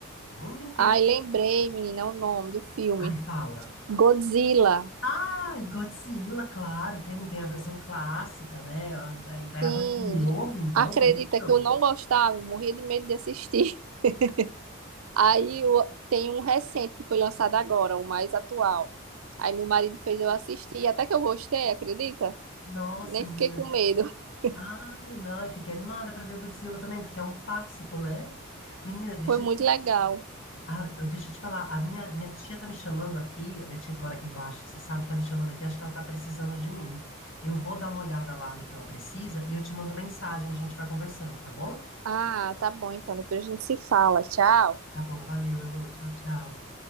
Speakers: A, on the left; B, on the right.
A: O mundo inteiro.
B: Ai, lembrei, menina, o nome do filme.
A: Ai, fala.
B: Godzilla.
A: Ah, e Godzilla, claro, tem, tem a versão clássica, né? Ó, Daí, daí
B: Sim,
A: agora tem um novo, então,
B: acredita
A: é isso?
B: que eu não gostava, eu morria de medo de assistir. <laughs> Aí eu, tem um recente que foi lançado agora, o mais atual. Aí meu marido fez eu assistir, até que eu gostei, acredita?
A: Nossa,
B: Nem
A: menina.
B: fiquei com medo. <laughs>
A: Ai, não, eu fiquei animada para ver Godzilla também, porque é um clássico, né? Menina, deixa
B: Foi muito
A: eu te,
B: legal.
A: ah, eu- deixa eu te falar, a minha, minha tia tá me chamando aqui, a minha tia que mora aqui embaixo, que você sabe, tá me chamando aqui, acho que ela tá precisando de mim. Eu vou dar uma olhada lá no que ela precisa e eu te mando mensagem, a gente vai conversando, tá bom?
B: Ah, tá bom, então depois a gente se fala. Tchau.
A: Tá bom, valeu, Elô, tchau, tchau.